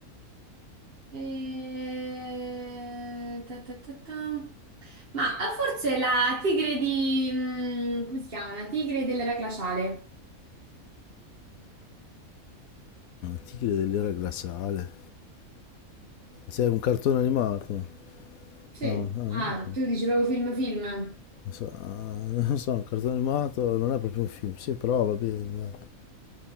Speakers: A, on the right; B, on the left.
A: Eh, ta ta ta ta. Ma eh, forse la tigre di... mm, come si chiama? La tigre dell'era glaciale.
B: Tigre dell'era glaciale. Sei un cartone animato.
A: Sì.
B: Ah, ah,
A: Ah,
B: non
A: tu dici proprio film film.
B: so, ah, non so, un cartone animato non è proprio un film. Sì, però va bene. dai.